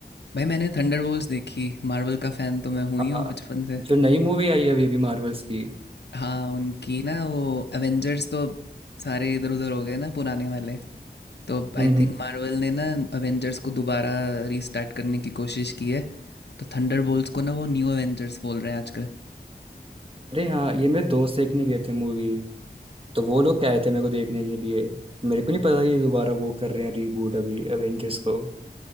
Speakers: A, on the left (about 80°); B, on the right (about 30°).
A: भाई मैंने थंडरबोल्ट्स देखी मार्वल का फ़ैन तो मैं हुई
B: आ,
A: हूँ बचपन से
B: जो नई मूवी आई है अभी अभी मार्वल्स की
A: हाँ उनकी ना वो एवेंजर्स तो अब सारे इधर उधर हो गए ना पुराने वाले तो
B: हम्म
A: आई
B: हम्म
A: थिंक मार्वल ने ना एवेंजर्स को दोबारा रीस्टार्ट करने की कोशिश की है तो थंडरबोल्ट्स को ना वो न्यू एवेंजर्स बोल रहे हैं आजकल
B: अरे हाँ ये मेरे दोस्त देखने गए थे मूवी तो वो लोग कहे थे मेरे को देखने के लिए मेरे को नहीं पता था कि दोबारा वो कर रहे हैं रीबूट अभी एवेंजर्स को